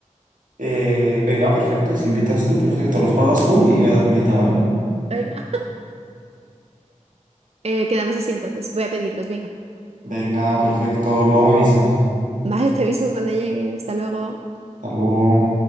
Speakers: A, on the right; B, on the right.
A: Eh, venga, perfecto. Y si invitas tú, perfecto. Los pagas tú y me das la mitad, ¿vale?
B: Venga. <laughs> Eh, quedamos así entonces. Voy a pedirlos, venga.
A: Venga, perfecto. Luego me avisas.
B: <laughs> Vale, te aviso cuando lleguen. Hasta luego.
A: Hasta luego.